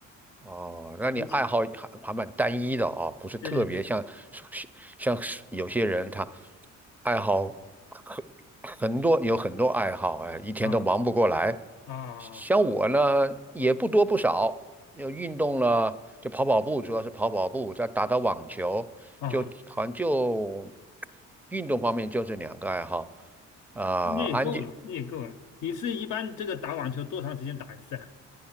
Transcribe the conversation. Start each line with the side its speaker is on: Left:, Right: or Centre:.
Centre: 哦，那你爱好还还蛮单一的啊，
Left: 你去，
Centre: 不是特别像
Left: 对对对，
Centre: 像有些人他爱好很很多有很多爱好，哎，一天都忙不过来。
Left: 啊啊
Centre: 像我呢，也不多不少，要运动了，就跑跑步，主要是跑跑步，再打打网球，
Left: 啊，
Centre: 就好像就运动方面就这两个爱好啊，
Left: 那也够了，
Centre: 安静
Left: 那也够了。你是一般这个打网球多长时间打一次